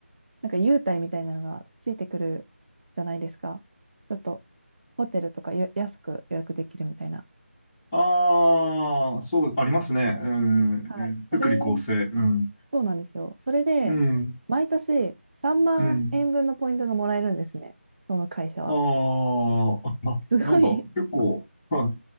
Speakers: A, on the right (about 40°); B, on the left (about 20°).
A: なんか優待みたいなのがついてくるじゃないですか。ちょっと、ホテルとかよ安く予約できるみたいな。
B: ああー、そう、ありますね。うん。
A: はい。
B: うん福利厚生。
A: それ、
B: うん。
A: そうなんですよ。それで、
B: うん。
A: 毎年3万円分のポイントがもらえるんですね。
B: うん。
A: その会社は。
B: ああ、あなんか結構、
A: すごい
B: あ